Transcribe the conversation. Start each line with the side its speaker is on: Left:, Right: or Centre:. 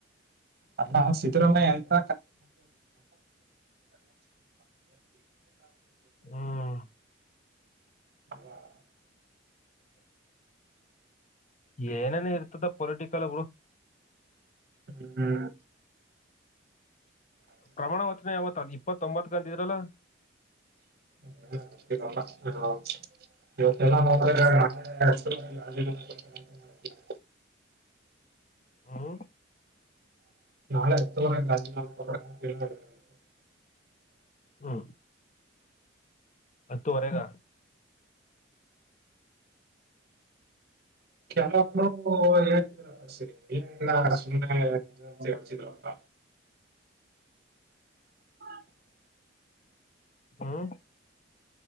Right: ಅಲ್ಲ ಸಿದ್ದರಾಮ್ಯ ಎಂತ
Left: ಹ್ಮ್
Right: <unintelligible>
Left: ಏನೇನ ಇರ್ತದ ಪೊಲಿಟಿಕ್ ತಲವು
Right: ಹ್ಮ್
Left: ಪ್ರಮಾಣ ವಚನ ಯಾವತ್ ಅದ್ ಇಪ್ಪತ್ತೊಂಬತ್ಗ್ ಅಂತಿದ್ರಲ.
Right: <unintelligible> ಇವತ್ತೇಲ್ಲ ನೋಡಿದ್ರೆ <unintelligible>
Left: ಹ್ಮ್
Right: <unintelligible>
Left: ಹ್ಮ್ ಹತ್ತುವರೆಗ
Right: <unintelligible> ಸುಮ್ಮನೆ <unintelligible> ಹೇಳ್ತಿದ್ರಪ್ಪ <unintelligible>
Left: ಹ್ಮ್